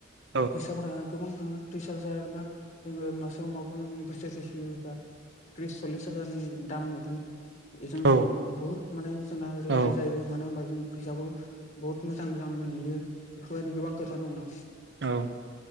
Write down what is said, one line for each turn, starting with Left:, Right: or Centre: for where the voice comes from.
Right: औ
Left: फैसाफोरा गोबां थाङो त्रिस हाजार बा जोङो मासे माखौ नों बोसोरसे फियोबा त्रिस सल्लिस हाजारनि दाम मोनो। बेजों जों
Right: औ
Left: बुहुत माने जोंना रेहाय
Right: औ
Left: जायो मानो होनबा जों फैसाखौ बहुत मोजां मोजां मोनहैयो बेफोरबायदि गोबां खोथा दंना।
Right: औ